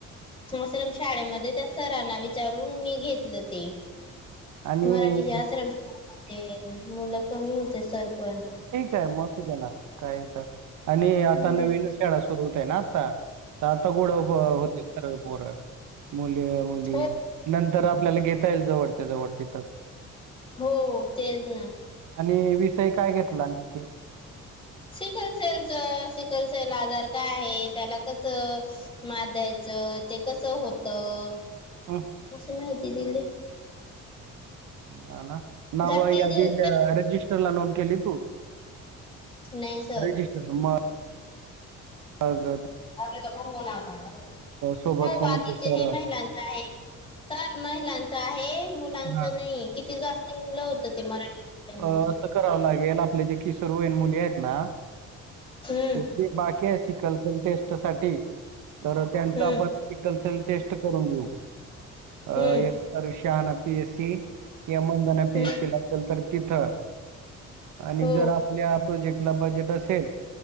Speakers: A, on the left (about 15°); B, on the right (about 80°).
A: आश्रम शाळेमध्ये त्या सरांना विचारून मी घेतलं ते.
B: आणि
A: मराठीच्या आश्रम शाळेमध्ये मुलं कमी होते सर पण
B: ठीक आहे म सूदेना काही तर आणि
A: हम्म.
B: आता नवीन शाळा सुरू होत आहे ना आता. आता गोड हो होतील सर्व पोर मुले मुली
A: हो
B: नंतर आप आपल्याला घेता येईल जवळच्या जवळ ते
A: हो तेज ना
B: आणि विषय काय घेतला ते
A: सिकलसेलच सिकलसेल आजार काय आहे त्याला कसं मात द्यायच च ते कसं होत अशी
B: हं,
A: माहिती दिली.
B: हा न नाव
A: जागतिक
B: यादीत
A: दिवस
B: रजिस्टरला नोंद केली तू
A: नाही सर
B: रजिस्टर नंबर अ ग
A: आपला इथे खूप मुनापा
B: सोबत
A: हो
B: कोणाचे
A: बाकीचे
B: सर
A: हे महिलांच आहे. तर महिलांचं आहे मुलांचं
B: हां
A: नई किती जास्त मुलं होत ते मराठी शाळेमध्ये
B: अं असं करावं लागेल आपले जे किशोर वइन मुली आहेत ना
A: हम्म
B: किती बाकी आहे सिकल्सन टेस्ट साठी तर त्यांच
A: हम्म
B: आपण सिकल्सन टेस्ट करून घेऊ. अ
A: हम्म
B: एकतर शहाणा पीएस या मुदीला पीएस
A: हम्म
B: सी ला केलत त तिथं. आणि
A: हो
B: जर आपल्या प्रोजेक्टला बजेट असेल